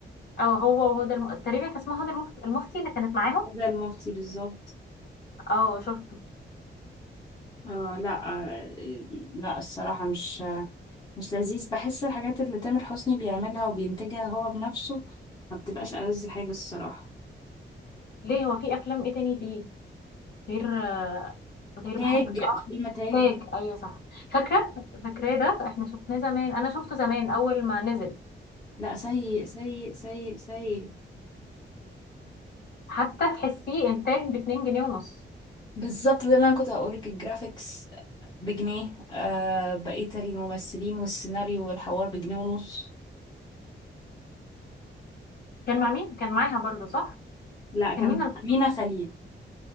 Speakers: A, on the left; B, on the left.
A: او هو وهدى الم... تقريبا كان اسمها هدى المف- المفتي اللي كانت معاهم
B: ده المفتي بالظبط
A: اه شفته
B: آه لا آه لا الصراحة مش مش لذيذ بحس الحاجات اللي تامر حسني بيعملها وبينتجها هو بنفسه ما بتبقاش ألذ حاجة الصراحة
A: ليه هو في افلام ايه تاني ليه غير آه، غير
B: تاج
A: بحبك اه
B: فيلم تاج
A: تاج ايوه صح فاكره فاكراه ده احنا شفناه زمان انا شفته زمان اول ما نزل
B: لا سيء سيء سيء سيء
A: حتى تحسيه انتاج ب 2 جنيه ونص
B: بالظبط ده اللي انا كنت هقولك الجرافيكس بجنيه آه بقية الممثلين والسيناريو والحوار بجنيه ونص
A: كان مع مين كان معاها برضه صح
B: لا كان
A: كان مين الب...
B: أمينة خليل